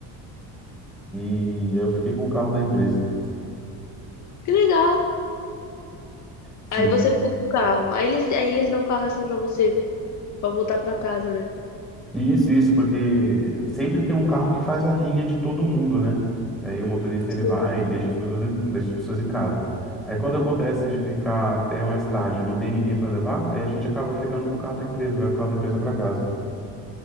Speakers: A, in the centre; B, on the left.
A: e eu fiquei com o carro da empresa.
B: Que legal.
A: <laughs> Sim.
B: Aí você ficou com o carro. Aí eles, aí eles dão o carro assim pra você, pra voltar pra casa, né?
A: Isso, isso, porque sempre tem um carro que faz a linha de todo mundo, né? E aí o motorista ele
B: Sim.
A: vai e deixa as pessoas em, deixa as pessoas em casa. Aí quando acontece de ficar até mais tarde, e não tem ninguém para levar, aí a gente acaba ficando com o carro da empresa, vai com o carro da empresa para casa.